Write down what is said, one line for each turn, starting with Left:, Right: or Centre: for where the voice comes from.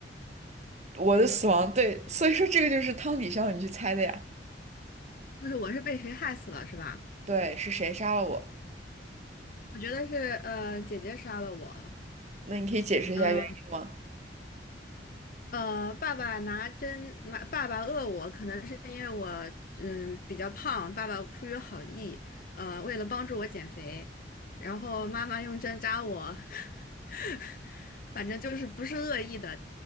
Right: 我的死亡，对，所以说这个就是汤底需要你去猜的呀。
Left: 就是我是被谁害死了是吧？
Right: 对，是谁杀了我？
Left: 我觉得是呃姐姐杀了我，
Right: 那你可以解释一下原因吗？
Left: 嗯。呃，爸爸拿针，妈，爸爸饿我，可能是因为我嗯比较胖，爸爸出于好意，呃，为了帮助我减肥，然后妈妈用针扎我，<laughs> 反正就是不是恶意的，